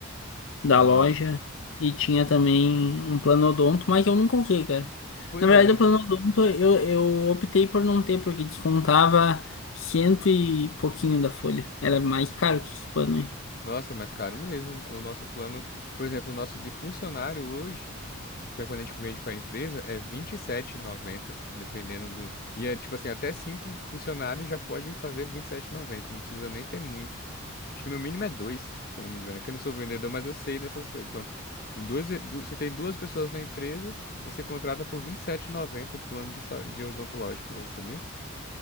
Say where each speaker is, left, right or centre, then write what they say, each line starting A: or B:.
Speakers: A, on the left (about 65°); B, on the left (about 45°).
A: da
B: Aham.
A: loja e tinha também um planodonto, mas eu nunca usei, cara.
B: Pois
A: Na verdade,
B: é.
A: o planodonto eu, eu optei por não ter, porque descontava cento e pouquinho da folha. Era mais caro que esse plano aí.
B: Nossa, mas caro mesmo. O nosso plano, por exemplo, o nosso de funcionário hoje. Porque quando a gente vende para a empresa, é R$27,90, dependendo do. E é tipo assim, até cinco funcionários já pode fazer R$27,90, não precisa nem ter muito. Acho que no mínimo é dois, se eu não me engano. É que eu não sou vendedor, mas eu sei dessas coisas. Então, duas, ve- du- se tem duas pessoas na empresa, você contrata por R$27,90 o plano de, sa- de odontológico hoje, sabia?